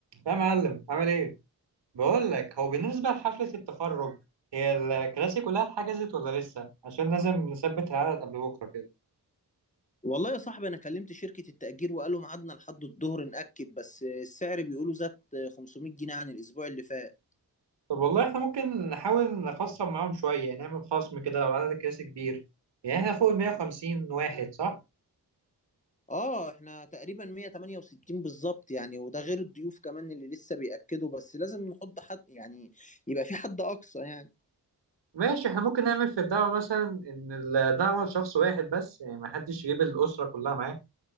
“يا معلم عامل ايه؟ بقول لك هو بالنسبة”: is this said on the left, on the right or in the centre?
Right